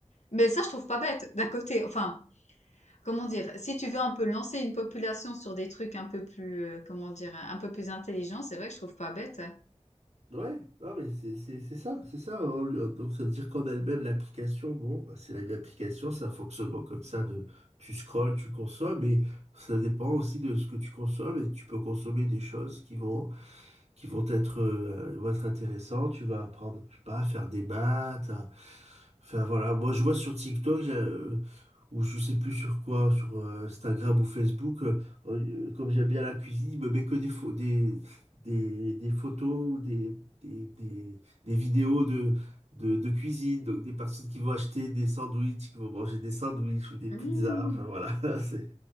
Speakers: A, on the left; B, on the right.
A: Mais ça, je trouve pas bête, d'un côté. Enfin, comment dire, si tu veux un peu lancer une population sur des trucs un peu plus, euh, comment dire, un peu plus intelligents, c'est vrai que je trouve pas bête.
B: Ouais, non mais c'est c'est- c'est ça, c'est ça. hein, lui, hein. Donc ça veut dire qu'en elle-même, l'application, bon, bah, c'est la même application, c'est un fonctionnement comme ça de tu scrolles, tu consommes, mais ça dépend aussi de ce que tu consommes et tu peux consommer des choses qui vont qui vont être, euh, vont être intéressants. Tu vas apprendre, je sais pas, à faire des maths. à- Enfin voilà, moi je vois sur TikTok, j'ai, euh, ou je sais plus sur quoi, sur euh, Instagram ou Facebook, euh, euh, comme j'aime bien la cuisine, il me met que des, pho- des, des, des photos ou des, des, des, des vidéos de, de, de cuisine. Donc des personnes qui vont acheter des sandwichs, qui vont manger des sandwichs ou des
A: Mhm.
B: pizzas. Enfin voilà, <laughs> c'est...